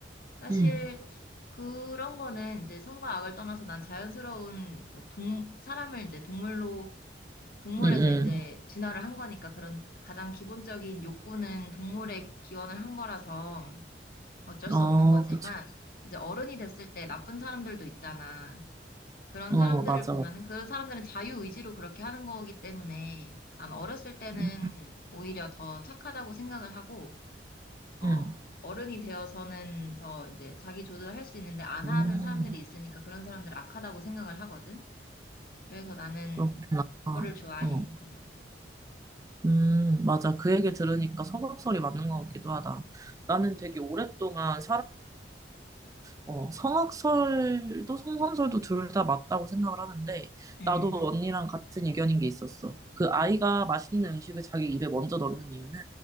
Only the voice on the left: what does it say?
사실
그런 거는 이제 선과 악을 떠나서 난 자연스러운 뭐동 사람을 이제 동물로 동물에서
이제 진화를 한 거니까 그런 가장 기본적인 욕구는 동물에 기원을 한 거라서 어쩔 수
없는 거지만
이제 어른이 됐을 때 나쁜 사람들도 있잖아. 그런
사람들을
보면은 그런 사람들은 자유의지로 그렇게 하는 거기 때문에 난 어렸을 때는
오히려 더 착하다고 생각을 하고 어,
어른이 되어서는 더 이제 자기 조절할 수 있는데 안
하는 사람들이 있으니까 그런 사람들 악하다고 생각을 하거든. 그래서 나는
그거를 좋아해.
응,
응,